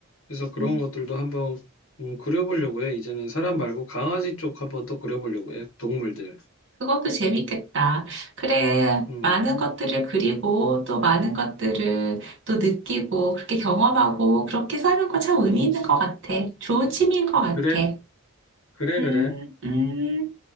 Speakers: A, on the left; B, on the right.
A: 그래서 그런
B: 음,
A: 것들도 한번 음, 그려보려고 해. 이제는 사람 말고 강아지 쪽 한번 또 그려보려고 해. 동물들.
B: 그것도 재밌겠다. 그래,
A: 음,
B: 많은 것들을 그리고 또 많은 것들을 또 느끼고 그렇게 경험하고 그렇게 사는 거 참 의미 있는 것 같아. 좋은 취미인 것 같아.
A: 그래, 그래,
B: 음,
A: 그래.
B: 음.